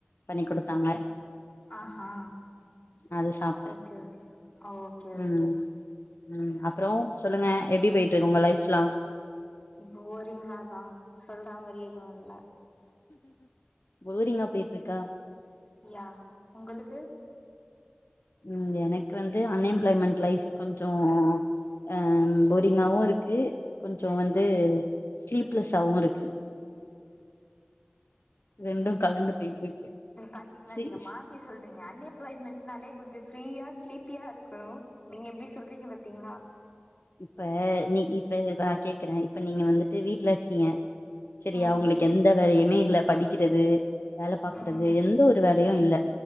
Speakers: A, on the left; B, on the left.
A: பண்ணி கொடுத்தாங்க
B: ஆ ஆ
A: அது சாப்ட்டே
B: ஓகே ஓகே ஆ ஓகே
A: ம்
B: ஓகேங்க
A: ம் அப்றோம் சொல்லுங்க எப்டி போயிட்டு இருக்கு உங்க லைஃப்லாம்
B: போரிங்காதான் சொல்ற மாரி எதுவும் இல்ல
A: போரிங்கா போயிட்டு இருக்கா
B: யா உங்களுக்கு
A: ம் எனக்கு வந்து அன்எம்ப்ளாய்மெண்ட் லைஃப் கொஞ்சோ அ போரிங்காவு இருக்கு கொஞ்சோ வந்து ஸ்லீப்லெஸ்ஸாவு இருக்கு ரெண்டு கலந்து போயிட்டு இருக்கு
B: பாத்திங்ளா
A: செரி
B: நீங்க மா த்தி சொல்ட்டீங்க அன்எம்ப்லாய்மெண்ட்னாலே கொஞ்சோ ஃப்ரீயா ஸ்லீப்பியா இருக்கு நீங்க எப்டி சொல்றீங்க பாத்தீங்ளா
A: இப்ப நீ இப்ப நா கேக்குறே இப்ப நீங்க வந்துட்டு வீட்ல இருக்கீங்க செரியா
B: ம்
A: உங்ளுக் எந்த வேலையுமே இல்ல படிக்றது வேலை பாக்றது
B: ம்
A: எந்த ஒரு வேலையு இல்ல